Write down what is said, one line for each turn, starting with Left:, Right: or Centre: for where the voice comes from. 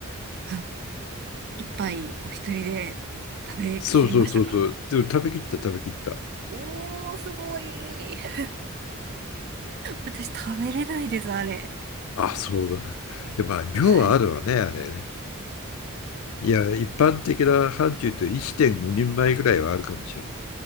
Right: あ一杯お一人で食べきりましたか
Left: そうそうそうそう。でも食べきった、食べきった。
Right: おー、すごい。<laughs> 私食べれないです、あれ。
Left: あ、そうだ。でまあ、量はあるわね、
Right: はい。
Left: あれね。いや、一般的な範疇と1.5人前ぐらいはあるかもしれない。